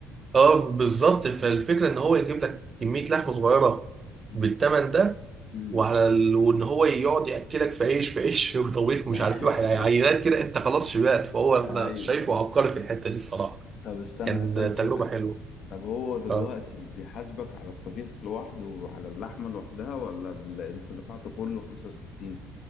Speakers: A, on the right (about 35°); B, on the left (about 60°).
A: اه بالظبط فالفكره ان هو يجيب لك كميه لحمه صغيره
B: مم.
A: بالثمن ده
B: مم.
A: وعلى ال... وان هو يقعد ياكلك في عيش في عيش <laughs> وطبيخ ومش
B: <laughs>
A: عارف ايه وحي- عينات كده انت خلاص شبعت فهو انا
B: ايوه
A: شايفه عبقري في الحته دي الصراحه
B: طب استنى
A: كان
B: هسألك سؤال
A: تجربه حلوه
B: طب هو دلوقتي
A: اه
B: بيحاسبك على الطبيخ لوحده وعلى اللحمه لوحدها ولا ال- انت دفعته كله 65